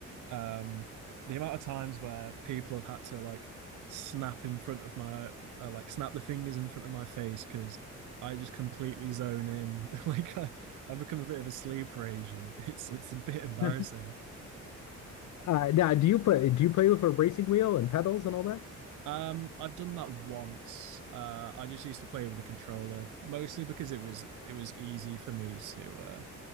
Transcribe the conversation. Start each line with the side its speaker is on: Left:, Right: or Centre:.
Right: Um, the amount of times where people have had to like snap in front of my uh, like snap the fingers in front of my face because I just completely zone in. <laughs> Like I, I become a bit of a sleeper agent. <laughs> It's it's a bit embarrassing.
Left: <laughs> Uh, now, do you play? Do you play with a racing wheel and pedals and all that?
Right: Um, I've done that once. Uh, I just used to play with the controller mostly because it was it was easy for me to uh,